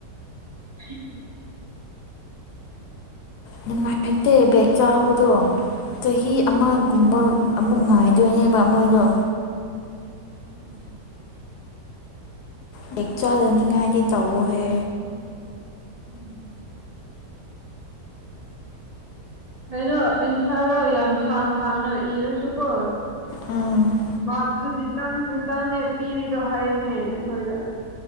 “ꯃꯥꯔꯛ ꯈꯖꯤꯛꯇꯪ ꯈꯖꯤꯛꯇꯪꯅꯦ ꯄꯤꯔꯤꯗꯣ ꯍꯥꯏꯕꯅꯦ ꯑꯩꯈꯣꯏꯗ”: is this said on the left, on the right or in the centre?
Right